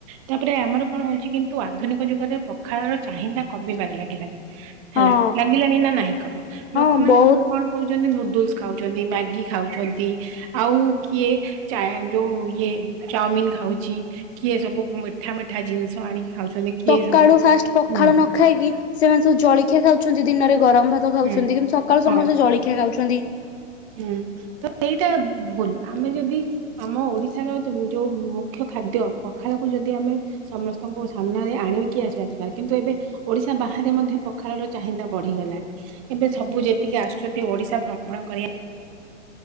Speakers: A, on the right; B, on the left.
A: ତାପରେ ଆମର କଣ ହଉଛି କିନ୍ତୁ ଆଧୁନିକ ଯୁଗରେ ପଖାଳର ଚାହିଦା କମିବାରେ ଲାଗିଲା।
B: ହଁ
A: ହେଲା ଲାଗିଲାଣି ନା ନାଇଁ କହ
B: ହଁ
A: ଲୋକମାନେ
B: ବହୁତ
A: ସବୁ କଣ ଖାଉଛନ୍ତି ନୁଡୁଲ୍ସ ଖାଉଛନ୍ତି ମ୍ୟାଗି ଖାଉଛନ୍ତି। ଆଉ କିଏ ଯୋଉ ଇଏ ଚାଉମିିନ ଖାଉଛି କିଏ ସବୁ ମିଠା ମିଠା ଜିନିଷ ଆଣିକି ଖାଉଛନ୍ତି। କିଏ
B: ସକାଳୁ
A: ସବୁ
B: ଫାଷ୍ଟ ପଖାଳ
A: ହୁଁ
B: ନ ଖାଇକି ସେମାନେ ସବୁ ଜଳଖିଆ ଖାଉଛନ୍ତି ଦିନରେ ଗରମ ଭାତ ଖାଉଛନ୍ତି
A: ହୁଁ
B: କିନ୍ତୁ ସକାଳୁ
A: ହଁ
B: ସମସ୍ତେ ଜଳଖିଆ ଖାଉଚ୍ ଛନ୍ତି।
A: ହୁଁ ତ ଏଇଟା ଭୁଲ ଆମେ ଯଦି ଆମ ଓଡିଶାର ଯୋଉ ମୁଖ୍ୟ ଖାଦ୍ୟ ପଖାଳକୁ ଯଦି ଆମେ ସମସ୍ତଙ୍କୁ ସାମ୍ନାରେ ଆଣିକି ଆସିବା ଦରକାର କିନ୍ତୁ ଏବେ ଓଡିଶା ବାହାରେ ମଧ୍ୟ ପଖାଳର ଚାହିଦା ବଢିଗଲାଣି। ଏବେ ସବୁ ଯେତିକି ଆସୁଛନ୍ତି ଓଡିଶା ଭ୍ରମଣ କରିବା